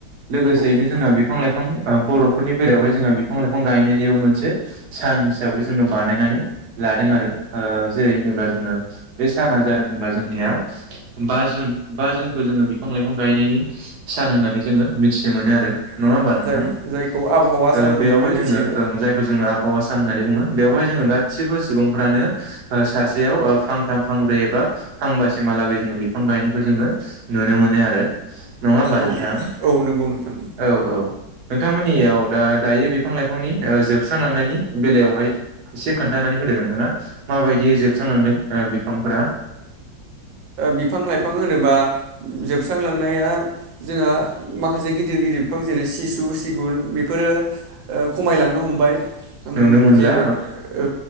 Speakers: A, on the right (about 65°); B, on the right (about 85°).
A: लोगोसेयैनो
B: औ
A: जोंना बे बिफां बर'फोरनि बेलायावहाय जोङो बिफां लाइफां गायनायनिबो मोनसे सान हिसाबै जोङो बानायनानै लादों आरो ओ जेरै होनोब्ला जोंना बे साना जादों होनबा जोंनिया बा जुन बा जुनखौ जोङो बिफां लाइफां गायनायनि सान होननानै जोङो मिथिनो मोनो आरो। नङा
B: उम,
A: होमबा नोंथां
B: जाय
A: ओ
B: जायखौ आबहावा सान होननानैबो
A: बेयावहाय
B: मिथियो
A: जोङो जायखौ जोङो आबहावा सान होननानै बुङो बेयावहाय जोङो गासिबो सुबुंफ्रानो सासेयाव फांथाम फांब्रै एबा फांबासिमहालागै जोङो बिफां गायनायखौ जोङो नुनो मोनो आरो। नङा होमबा
B: औ
A: नोंथां
B: औ नंगौ नोंथां।
A: औ औ नोंथांमोननियाव दा दायो बिफां लाइफांनि जोबस्रांलांनायनि बेलायावहाय एसे खोन्थानानै होदों नोंथाङा माबायदियै जोबस्रांलांदों बिफांफोरा
B: बिफां लाइफां होनोबा जोबस्रांलांनाया जोंहा माखासे गिदिर गिदिर बिफां जेरै सिसु सिगुन बेफोरो ओ खमायलांनो हमबाय। उम
A: नुनो मोनला
B: जेरै औ